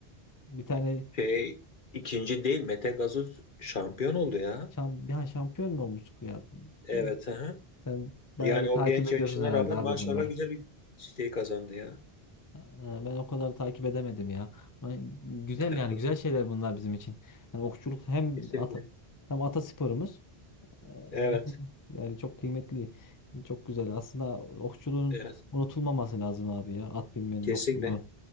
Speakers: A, on the left (about 25°); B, on the left (about 50°).
A: Bir tane
B: Şey ikinci değil Mete Gazoz şampiyon oldu ya.
A: şam, bir an şampiyon mu olmuştuk ya?
B: Evet.
A: Ben,
B: hı hı.
A: sen bayağı
B: Yani
A: iyi
B: o
A: takip
B: genç
A: ediyorsun
B: yaşına
A: herhalde
B: rağmen
A: abi
B: maşallah
A: bunları.
B: güzel bir şey kazandı ya.
A: Ee, Ben o kadar takip edemedim ya. Ama Güzel
B: <laughs>
A: yani
B: Anladım.
A: güzel şeyler bunlar bizim için. Yani okçuluk hem
B: Kesinlikle.
A: ata, hem atasporumuz. Ee, <laughs>
B: Evet.
A: Yani çok kıymetli, çok güzel. Aslında okçuluğun
B: Evet.
A: unutulmaması lazım abi ya. At binmenin
B: Kesinlikle.
A: okçuluğu.